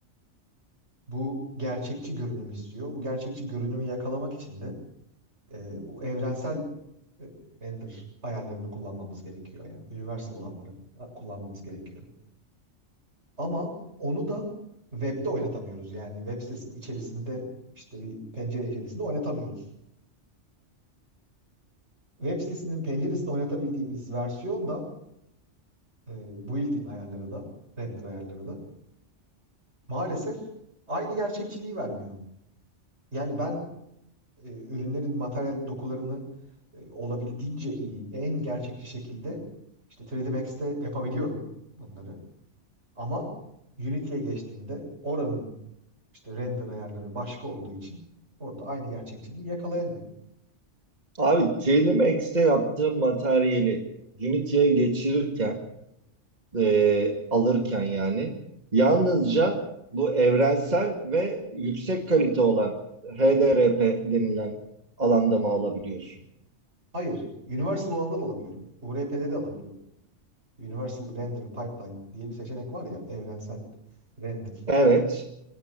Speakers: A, on the right (about 65°); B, on the right (about 35°).
A: Bu gerçekçi görünüm istiyor. Bu gerçekçi görünümü yakalamak için de e, bu evrensel e, render ayarlarını kullanmamız gerekiyor. Yani universal olanları e, kullanmamız gerekiyor. Ama onu da webde oynatamıyoruz. Yani web sitesinin içerisinde işte bir pencere içerisinde oynatamıyoruz. Web sitesinin penceresinde oynatabildiğimiz versiyon da e, built-in ayarları da, render ayarları da maalesef aynı gerçekçiliği vermiyor. Yani ben e, ürünlerin materyal dokularını e, olabildiğince iyi, en gerçekçi şekilde işte 3D Max'te yapabiliyorum bunları. Ama Unity'ye geçtiğinde oranın işte render ayarları başka olduğu için orada aynı gerçekçiliği yakalayamıyorum.
B: Abi TLMX'te yaptığım materyali Unity'ye geçirirken, e, alırken yani yalnızca bu evrensel ve yüksek kalite olan HDRP denilen alanda mı alabiliyorsun?
A: Hayır, Universal olanda da alabiliyorum. URP'de de alabiliyorum. Universal Render Pipeline diye bir seçenek var ya, evrensel render
B: Evet.